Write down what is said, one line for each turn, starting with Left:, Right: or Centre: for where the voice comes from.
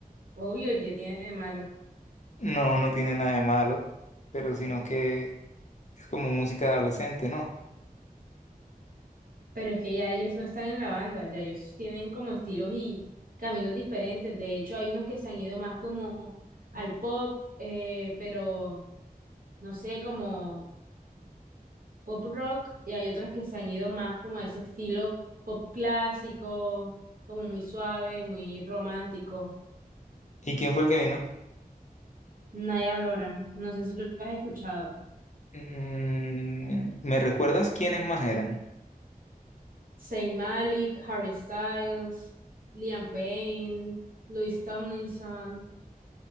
Right: Obvio, ¿y que tiene de malo?
Left: No, no tiene nada de malo, pero sino que es como música de adolescente, ¿no?
Right: Pero es que ya ellos no están en la banda, ya ellos tienen como estilos y caminos diferentes. De hecho, hay unos que se han ido más como al pop, eh, pero no sé, como pop rock y hay otros que se han ido más como a ese estilo pop clásico, como muy suave, muy romántico.
Left: ¿Y quién fue el que vino?
Right: Naya Blora, no sé si lo has escuchado.
Left: Mm, ¿me recuerdas quiénes más eran?
Right: Zayn Malik, Harry Styles, Liam Payne, Louis Tomlinson.